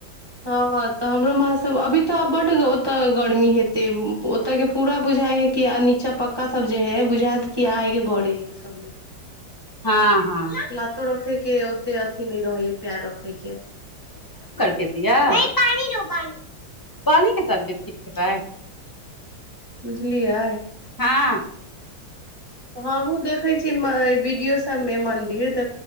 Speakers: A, on the right (about 15°); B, on the left (about 15°).
A: हँ तऽ हमरो माँ सब अभी तऽ बड ओ तऽ गर्मी हेते ओतय के पूरा बुझाइ हे कि चपक का सब जे है बुझायत कि आगे बड़े है ई सब मे
B: हँ हँ
A: लातो रखे के ओते अथी नहि रहे है पैर रखे के
B: देदियऽ पानी दो पानी, पानी के साथ बिस्किट खेबय।
A: बुझलियै
B: हँ
A: हँ हम देखै छी वीडियो तमे मन्दिर त